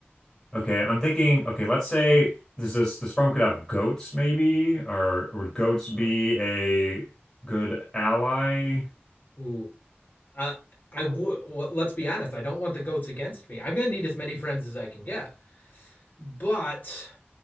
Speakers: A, on the left; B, on the left.
A: Okay, I'm thinking, okay, let's say this this this firm could have goats maybe, or, or would goats be
B: Huh?
A: a good ally?
B: Ooh, I I would. Well, let's be honest. I don't want the goats against me. I'm gonna need as many friends as I can get. But